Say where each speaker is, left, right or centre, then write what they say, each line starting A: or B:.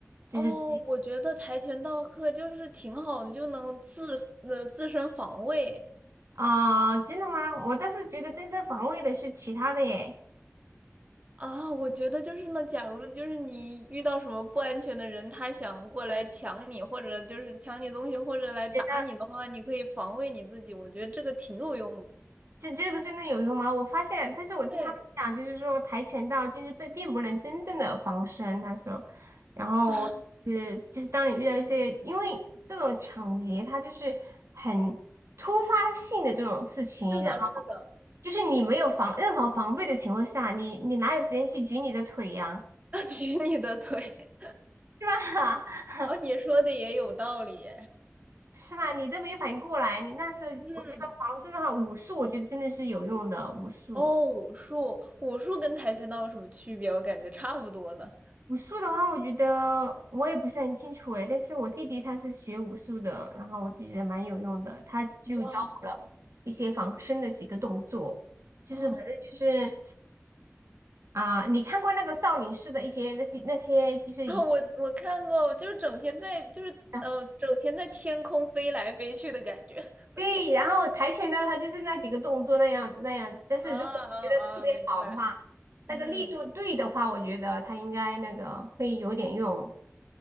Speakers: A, on the right; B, on the right.
A: 就是
B: 哦，我觉得跆拳道课就是挺好的，就能自呃自身防卫
A: 啊、真的吗？我倒是觉得正正防卫的是其他的耶，
B: 啊。我觉得就是呢，假如就是你遇到什么不安全的人，他想过来抢你，或者就是抢你东西，或者来打你的话，
A: 觉得。
B: 你可以防卫你自己。我觉得这个挺有用的。
A: 这这个真的有用吗？我发现，但是我听他们讲，
B: 对
A: 就是说跆拳道就是并并不能真正的防身，他说，然后是就是当你遇到一些，
B: 啊，
A: 因为这种抢劫，它就是很突发性的这种事情，
B: 是的，
A: 然后
B: 是的，
A: 就是你没有防任何防备的情况下，你你哪有时间去举你的腿呀，
B: <laughs> 他举你的腿。
A: <laughs> 是吧？
B: <laughs>
A: <laughs>
B: 哦，你说的也有道理。
A: 是吧？你都没反应过来，你那时候我觉得防身的话，
B: 嗯。
A: 武术我觉得真的是有用的，武术。
B: 哦，武术，武术跟跆拳道有什么区别？我感觉差不多呢。
A: 武术的话，我觉得我也不是很清楚诶，但是我弟弟他是学武术的，然后我就觉得蛮有用的，他就教我了一些防身的几个动作，
B: 哇，
A: 就是反正就是
B: 哦，
A: 啊、你看过那个少林寺的一些那些那些就是以前
B: 啊，我我看过，就是整天在，就是呃，
A: 啊，
B: 整天在天空飞来飞去的感觉。<laughs>
A: 对，然后跆拳道它就是那几个动作那样子那样子，但是如果觉得特别好的话，
B: 啊啊啊！明白。嗯，
A: 那个力度对的话，我觉得他应该那个会有点用。